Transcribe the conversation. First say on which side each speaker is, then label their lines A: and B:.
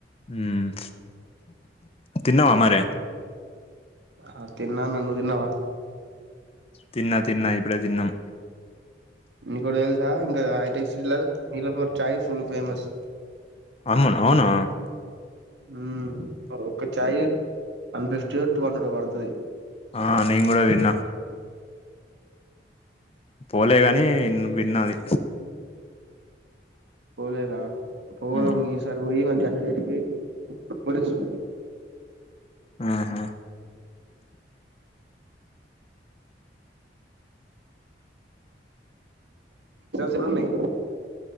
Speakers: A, on the left; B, on the right.
A: ఉమ్ తిన్నావా మరే?
B: ఆ తిన్నా నువ్ తిన్నావా?
A: తిన్న తిన్నా ఇప్పుడే తిన్నాం
B: ఇంకోటి తెలుసా ఇంకా హైటెక్ సిటీ లా నీల ఫోర్ ఛాయ్ ఫుల్ ఫేమస్
A: అమ్మను అవున
B: ఉమ్ ఒక ఛాయ్ వన్ ఫిఫ్టీ టూ హండ్రెడ్ పడుతుది.
A: ఆ నేను కూడా విన్నా పోలే గాని విన్నది
B: పోలేదా పోదాం
A: ఉమ్.
B: మీసారి పోయి మ చన్న తిరిగిబస్తు
A: ఆహా
B: సేవ సిన్నునయ్